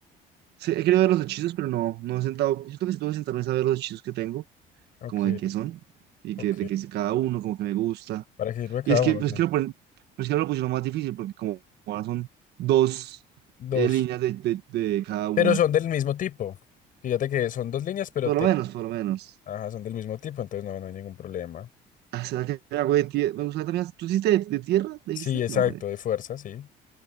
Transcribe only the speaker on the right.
Sí, he querido ver los hechizos, pero no, no he sentado. Yo creo que si tengo que sentarme es a ver los hechizos que tengo,
como de qué son, y
que, de qué es cada uno, como que me gusta.
Y es
que, pues,
que lo ponen, pues que ahora lo pusieron más difícil, porque como ahora son dos
eh, líneas de, de, de cada una.
Por
lo menos, por lo menos.
Ah, ¿será que hago de tierra? Me gustaría también. ¿Tú hiciste de, de tierra? ¿Le
dijiste?
No. de-